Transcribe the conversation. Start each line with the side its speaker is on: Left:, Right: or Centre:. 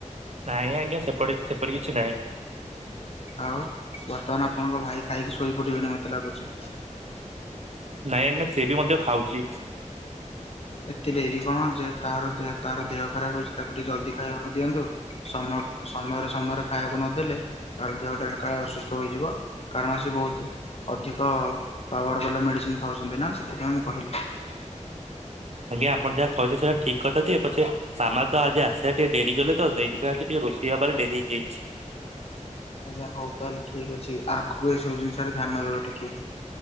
Right: ନାଈ ଆଜ୍ଞା ସେପଢ଼ି ସେପରି କିଛି ନାହିଁ।
Left: ଆଉ ବର୍ତ୍ତମାନ ଆପଣଙ୍କ ଭାଇ ଖାଇକି ଶୋଇ ପଡିବଣି ମତେ ଲାଗୁଚି।
Right: ନାଇଁ ଆଜ୍ଞା ସେବି ମଧ୍ୟ ଖାଉଚି।
Left: ଏତେ ଡେରି କଣ ଯେ ତାର ତାର ଦେହ ଖରାପ ହୋଇଚି ତାକୁ ଟିକେ ଜଲ୍ଦି ଖାଇବାକୁ ଦିଅନ୍ତୁ। ସମ ସମୟରେ ସମୟରେ ଖାଇବାକୁ ନଦେଲେ ତାର ଦେହଟାରେ କାଳେ ଅସୁସ୍ଥ ହୋଇଯିବ। କାରଣ ସେ ବୋହୁତୁ ଅଧିକ ପାୱାର୍ ବାଲା ମେଡିସିନ୍ ଖାଉଛନ୍ତି ନା ସେଥିପାଇଁ ମୁଁ କହିଲି।
Right: ଆଜ୍ଞା ଆପଣ ଯାହା କହିଲେ ସେଟା ଠିକ କଥା ଯେ ପଛ ସାମା ତ ଆଜି ଆସିଆ ଟିକେ ଡେରି ଗଲେ ତ ସେଇଥିପାଇଁ ଟିକେ ରୋଷେଇବାରେ ଡେରି ହେଇଯାଇଛି।
Left: ଆଜ୍ଞା ହୋଉ ତାହେଲେ ଠିକ ଅଛି ଆଗକୁ ଏସବୁ ଜିନିଷରେ ଧ୍ୟାନ ଦେବା ଟିକେ।